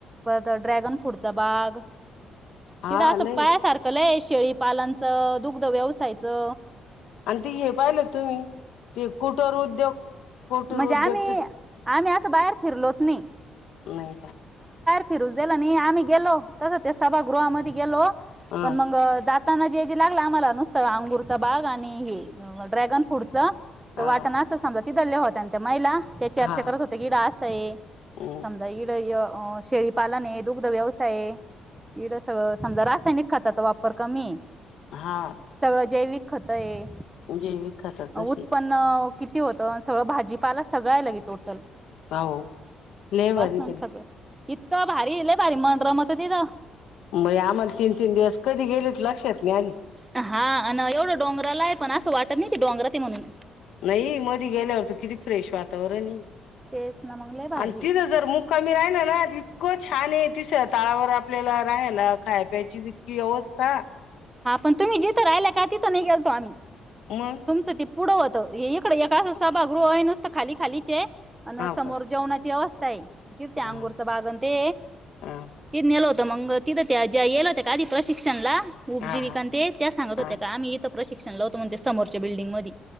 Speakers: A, on the right; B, on the left.
A: परत ड्रॅगन फ्रूटचा बाग तीकड
B: हा
A: असं
B: लय
A: पायासारख लय शेळीपालनचं, दुग्ध व्यवसायाचं
B: आन कधी हे पाहिलं तुम्ही ते कुटोर उद्योग. कुटर
A: म्हजे
B: उद्योगच
A: आम्ही आम्ही असं बाहेर फिरलोच नाही.
B: नई
A: फिरूज देल नाही आम्ही गेलो. तस ते सभागृहामध्ये गेलो
B: हा
A: पण मग जात ताना जे जे लागलं आम्हाला नुसतं अंगूरचा बाग आणि हे ड्रॅगन फ्रूटच त
B: हा
A: वाट ना असं समजत तिथल्या होत्या न त्या महिला? त्या चर्चा
B: हा
A: करत होत्या की डास हय
B: हम्म
A: समजा इ य शेळीपालन ये, दुग्ध व्यवसायये इकड सगळं समजा रायनिक खताचा वापर कमीये
B: हा
A: सगळं जैविक खतय
B: जैविक खताच अशी
A: उत्पन्न किती होतं सगळं भाजीपाला सगळा आलय की टोटल
B: का ओ लई भारी
A: काम
B: केलं
A: सगळ इतकं भारी लयभारी म रमत तिथ
B: बया आम्हाला तीन तीन दिवस कधी गेलेत लक्षात नाय आली
A: हा अन एवढं डोंगराला आहे पण असं वाटत नाय ते डोंगरातय म्हणून
B: नाई मधी गेल्यावर त किती फ्रेश वातावरण आहे.
A: तेच ना मग लय भारी
B: आणि
A: आहे.
B: तिद जर मुक्कामी राहिल ना इतकं छानये ती स्वःतावर आपल्याला राहायला खाय प्यायची इतकी व्यवस्था
A: हा पण तुम्ही जिथं राहिल्या का तिथं नाही गेलतो आम्ही
B: म
A: तुमचं ते पुढं होतं इकडं एक असच सभागृह आहे नसत खाली खालीचे अन
B: हाव
A: समोर
B: का
A: जेवणाची व्यवस् काय तिद ते अंगूरच
B: हा
A: बागण ते
B: हा
A: तीद नेल होत. मंग तिथं त्या ज्या गेल्या होत्या का आधी प्रशिक्षणला? उपजिविकांते
B: हा हा
A: त्या सांगत
B: हा
A: होत्या का आम्ही इथ प्रशिक्षणाला होते म्हणेत समोरच्या बिल्डिंग मधी